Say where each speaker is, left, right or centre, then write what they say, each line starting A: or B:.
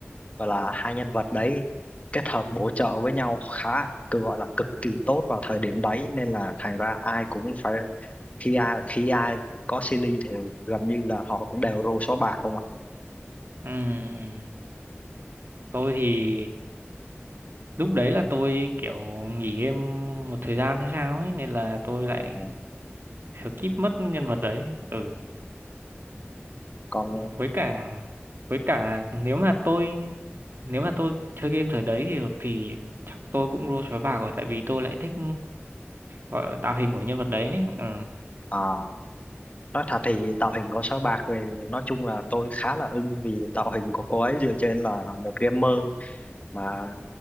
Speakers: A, on the left; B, on the right.
A: và là hai nhân vật đấy kết hợp bổ trợ với nhau khá cứ gọi là cực kỳ tốt vào thời điểm đấy nên là thành ra ai cũng phải khi ai khi ai có Silly thì gần như là họ cũng đều rô số bạc không ạ
B: ừ tôi thì lúc đấy là tôi kiểu nghỉ game một thời gian hay sao ấy nên là tôi lại
A: Ờ,
B: skip mất nhân vật đấy ừ
A: còn
B: với cả với cả nếu mà tôi nếu mà tôi chơi game thời đấy thì được thì chắc tôi cũng đô sói bạc rồi tại vì tôi lại thích gọi là tạo hình của nhân vật đấy ừ
A: à, nói thật thì tạo hình của sao bạc thì nói chung là tôi khá là ưng vì tạo hình của cô ấy dựa trên là một gamer mà